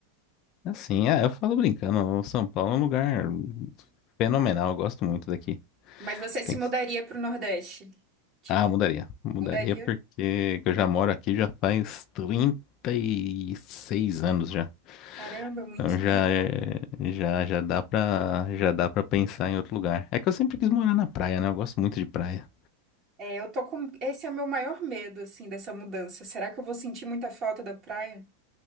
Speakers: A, on the left; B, on the right.
A: assim, ah, eu falo brincando, o São Paulo é um lugar fenomenal, eu gosto muito daqui.
B: Mas você se
A: Tem...
B: mudaria para o Nordeste? Tipo,
A: Ah, mudaria. Mudaria
B: mudaria?
A: porque eu já moro aqui já faz 36 anos já.
B: Caramba, muito
A: Então já
B: tempo.
A: é- já já dá pra já dá para pensar em outro lugar. É que eu sempre quis morar na praia, né? Eu gosto muito de praia.
B: É, eu tô com esse é meu maior medo assim dessa mudança. Será que eu vou sentir muita falta da praia?